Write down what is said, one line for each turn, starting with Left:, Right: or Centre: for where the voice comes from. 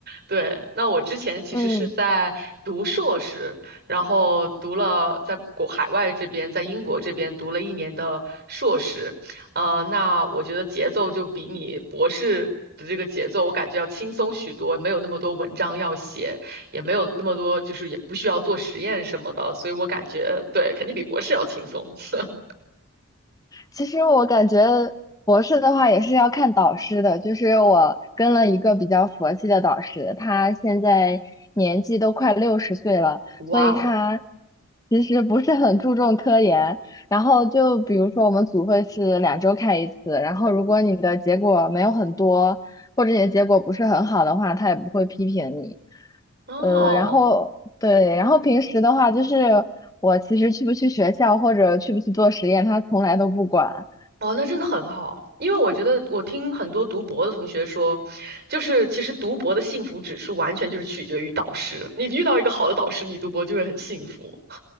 Right: 对，那我之前其实是在读硕士，
Left: 嗯。
Right: 然后读了在国海外这边，在英国这边读了一年的硕士。呃，那我觉得节奏就比你博士的这个节奏，我感觉要轻松许多，没有那么多文章要写，也没有那么多，就是也不需要做实验什么的，所以我感觉对，肯定比博士要轻松。<laughs>
Left: 其实我感觉博士的话也是要看导师的，就是我跟了一个比较佛系的导师，他现在年纪都快六十岁了，
Right: 哇哦，
Left: 所以他其实不是很注重科研。然后就比如说我们组会是两周开一次，然后如果你的结果没有很多，或者你的结果不是很好的话，他也不会批评你。
Right: 哦。
Left: 呃，然后对，然后平时的话，就是我其实去不去学校或者去不去做实验，他从来都不管。
Right: 哦，那真的很好，因为我觉得我听很多读博的同学说，就是其实读博的幸福指数完全就是取决于导师。你遇到一个好的导师，你读博就会很幸福。